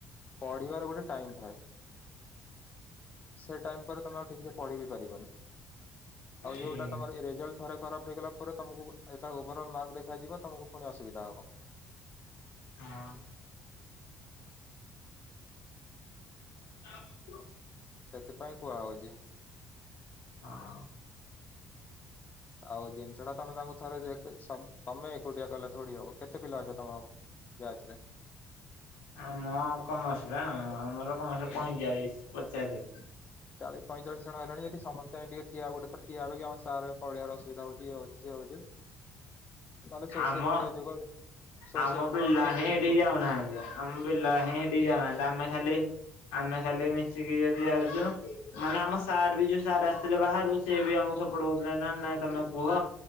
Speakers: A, on the left (about 40°); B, on the left (about 75°).
A: ପଢିବାର ଗୋଟେ ଟାଇମ ଥାଏ। ସେ ଟାଇମ୍ ପରେ ତମେ ଆଉ ଠିକ୍ ସେ ପଢି ବିି ପାରିବନି
B: ହଁ।
A: ଆଉ ଯୋଉଟା ତମର ରେଜଲ୍ଟ ଥରେ ଖରାପ ହେଇଗଲା ପରେ ତମକୁ, ଯେତେବେଳେ ଓଭର ଅଲ୍ ମାର୍କ ଦେଖାଯିଵ ତମକୁ ପୁଣି ଅସୁବିଧା ହବ।
B: ହଁ। <inaudible>
A: ସେଥିପାଇଁ କୁହା ହଉଛି।
B: ହଁ।
A: ଆଉ ଜିନିଷ ଟା ତମେ ତାଙ୍କୁ ଥରେ ଦେକ୍ ସ ତମେ ଏକୁଟିଆ କଲେ ଥୋଡି ହବ କେ କେତେ ପିଲା ଅଛ ତମ ବ୍ୟାଚ୍ ରେ?
B: ଆମ କମର୍ସ ରେ ଆମର କମର୍ସ ପଇଁଚାଳିଶ ପଚାଶେ।
A: ଚାଳିଶ ପଇଁଚାଳିଶ ଜଣ ହେଲେଣି ଯଦି ସମସ୍ତେ ଯାଇକିଠିଆ ଗୋଟେ ଥର ଠିଆ ହେବା ଅପେକ୍ଷା ଆମ ସାର ପଢିବାର ଅସୁବଧା ହଉଛି ଇଏ ହେଉଛି ସିଏ ହଉଛି ନହେଲେ ସୋସିଆଲ
B: ଆମ
A: ମିଡିଆ ଯୋଗ ସୋସିଆଲ
B: ଆମ ପିଲା
A: ମିଡିଆ ଗୋଟେ
B: ହିଁ
A: ରିଲ
B: <unintelligible>
A: ଥିବ
B: ଯାଉନାହାନ୍ତି। ଆମ ପିଲାହିଁ ହେଠି ଯାଉନାହାନ୍ତି ଆମେ ଖାଲି ଆମେ ଖାଲି ମିଶିକି ଯଦି ଯାଉଛୁ। ମାନେ ଆମ ସାର୍ ବି ଯୋଉ ସାର୍ ଆସିଥିଲେ ବାହାରୁ ସେ ବି ଆମକୁ ସପୋର୍ଟ କରୁଥିଲେ ନା ନାଇଁ ତମେ କୁହ।